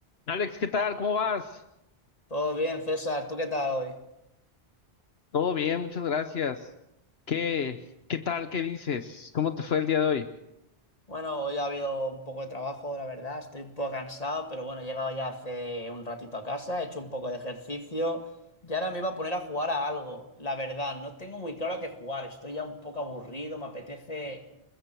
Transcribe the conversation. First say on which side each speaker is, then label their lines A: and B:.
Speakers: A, on the left; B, on the left.
A: Alex, ¿qué tal? ¿Cómo vas?
B: Todo bien, César. ¿Tú qué tal hoy?
A: Todo bien, muchas gracias. ¿Qué, qué tal? ¿Qué dices? ¿Cómo te fue el día de hoy?
B: Bueno, hoy ha habido un poco de trabajo, la verdad. Estoy un poco cansado, pero bueno, he llegado ya hace un ratito a casa, he hecho un poco de ejercicio y ahora me iba a poner a jugar a algo. La verdad, no tengo muy claro a qué jugar. Estoy ya un poco aburrido, me apetece...